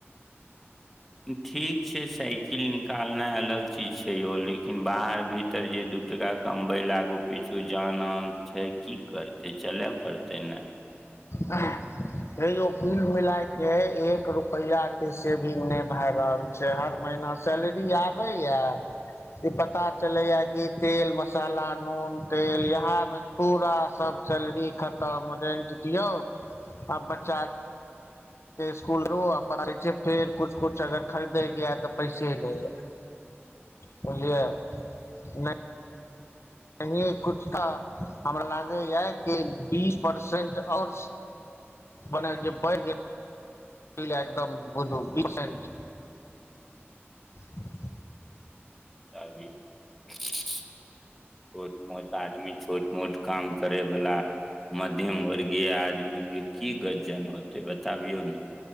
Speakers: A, in the centre; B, on the left.
A: ठीक छै साइकिल निकाल। नाय अलग चीज छै यौ। िन बाहर भी तर जे दू टका कम। बैल आगू पिछु जान आन छै की करतै चले पड़तै ने।
B: आह। हेलो। कुल मिलाय के एक रुपया के सेविंग नै भै रहल छै हर महीना सैलरी आबे य ई पता चले या कि तेल मसाला नून तेल यहा मे पूरा सब सैलरी खतम रेंट। दियौ आब बच्चाक। इसकुल रहू आ पै छै फेर किछु किछु अगर खरीदयके यए तऽ पैसे ही नहि यए बुझलियै नहि। नहीए कुछ तऽ हमरा लागैए कि बीस परसेन्ट आओर मने जे बढ़ जेते। <unintelligible> एकदम बुझू। <unintelligible> <unintelligible>
A: <unintelligible> मोट आदमी छोट मोट काम करे वला मध्यम वर्गीय आदमी के की गजन होते बताबियौ ने